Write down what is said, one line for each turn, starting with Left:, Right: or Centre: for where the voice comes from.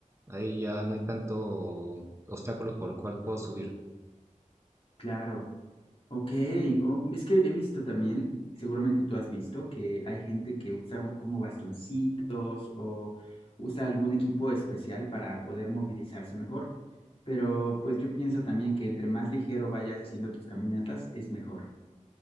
Right: ahí ya no hay tanto obstáculos por el cual puedo subir.
Left: Claro. Ok, oh, es que he visto también, seguramente tú has visto, que hay gente que usa u- como bastoncitos o usa algún equipo especial para poder movilizarse mejor. Pero pues yo pienso también que entre más ligero vayas haciendo tus caminatas es mejor.